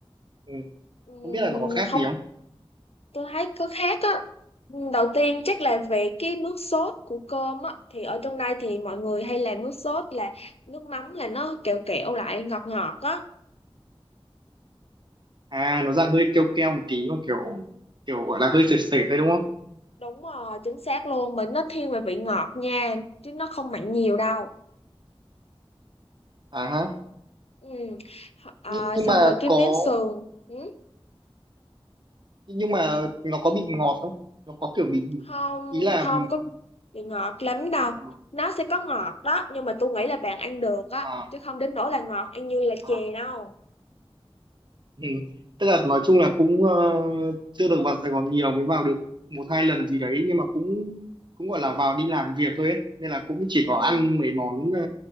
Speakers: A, on the right; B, on the left.
A: Ừ,
B: ừ,
A: không biết là nó có khác
B: không,
A: gì không?
B: tôi thấy có khác á. Ừ, Đầu tiên chắc là về cái nước sốt của cơm á, thì ở trong đây thì mọi người hay làm nước sốt là nước mắm là nó kẹo kẹo lại ngọt ngọt á.
A: À, nó dạng hơi keo keo một tí mà kiểu kiểu gọi là hơi sệt sệt đấy đúng không?
B: Đúng rồi, chính xác luôn, mình nó thiên về vị ngọt nha, chứ nó không mặn nhiều đâu.
A: À ha.
B: ừ. à,
A: Nhưng nhưng
B: xong
A: mà
B: rồi cái
A: có
B: miếng sườn ừ.
A: nhưng mà nó có bị ngọt không? Nó có kiểu bị, bị
B: không
A: ý là
B: không có bị ngọt lắm đâu
A: ừ,
B: nó sẽ có ngọt đó nhưng mà tôi nghĩ là bạn ăn được á
A: à,
B: chứ không đến nỗi là ngọt ăn như là
A: à
B: chè đâu
A: Ừ. Tức là nói chung là cũng ờ, chưa được vào Sài Gòn nhiều mới vào được một hai lần gì đấy nhưng mà cũng cũng gọi là vào đi làm việc thôi ấy. Nên là cũng chỉ
B: ừ.
A: có ăn mấy món ờ,